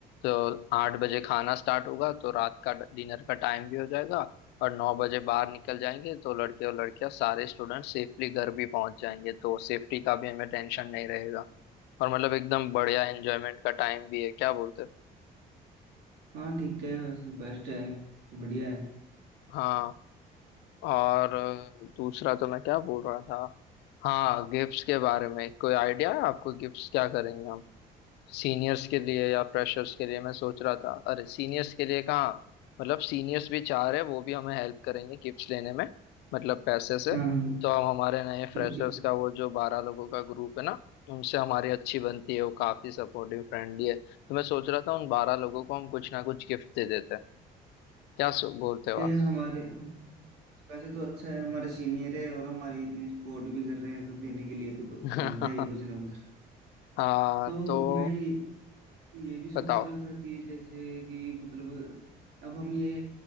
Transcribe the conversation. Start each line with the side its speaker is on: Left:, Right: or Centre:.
Left: तो आठ बजे खाना स्टार्ट होगा तो रात का डिनर का टाइम भी हो जाएगा और नौ बजे बाहर निकल जाएंगे तो लड़के और लड़कियां सारे स्टूडेंट सेफली घर भी पहुंच जाएंगे तो सेफ्टी का भी हमें टेंशन नहीं रहेगा और मतलब एकदम बढ़िया एंजॉयमेंट का टाइम भी है क्या बोलते हो?
Right: हाँ ठीक है वैसे बेस्ट है बढ़िया है
Left: हाँ और अ, दूसरा तो मैं क्या बोल रहा था हाँ गिफ्ट्स के बारे में कोई आइडिया है आपको गिफ्ट्स क्या करेंगे हम सीनियर्स के लिए या फ्रेशर्स के लिए मैं सोच रहा था अरे सीनियर्स के लिए कहाँ मतलब सीनियर्स भी चाह रहे हैं वो भी हमें हेल्प करेंगे गिफ्ट्स लेने में मतलब पैसे से
Right: हाँ हाँ,
Left: तो हम हमारे नए
Right: ठीक
Left: फ्रेशर्स
Right: है
Left: का वो जो बारह लोगों का ग्रुप है ना उनसे हमारी अच्छी बनती है वो काफी सपोर्टिव फ्रेंडली है तो मैं सोच रहा था उन बारह लोगों को हम कुछ ना कुछ गिफ्ट दे देते हैं क्या सो बोलते हो
Right: ये
Left: आप
Right: हमारे हम- वैसे तो अच्छा है हमारे सीनियर है और हमारे इतनी सपोर्ट भी कर रहे हैं तो देने के लिए तो ब-
Left: <laughs>
Right: बनता ही है कुछ ना कुछ
Left: हाँ
Right: तो
Left: तो
Right: मैं ये ये भी
Left: बताओ
Right: सोच रहा था कि जैसे कि मतलब अब हम ये